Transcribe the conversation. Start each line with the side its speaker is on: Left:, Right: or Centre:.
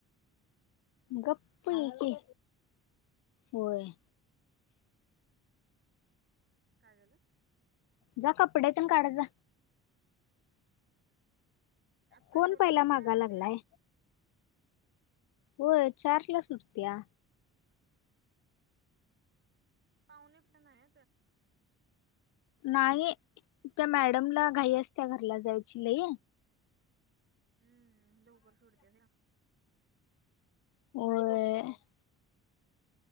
Left: गप्प हय की, होय
Right: काय झालं?
Left: जा कपडेेपण काढा जा.
Right: आता
Left: कोण
Right: एवढा
Left: पहिला
Right: लवकर
Left: मागा
Right: आलं
Left: लागलाय
Right: ते.
Left: व्हय चारलास सुतट्या.
Right: पाहुणेच नाही
Left: नाही. त्या मॅडमला घाई असत्या घरला जायची लई
Right: हम्म लवकर सोडाते ना.
Left: <unintelligible>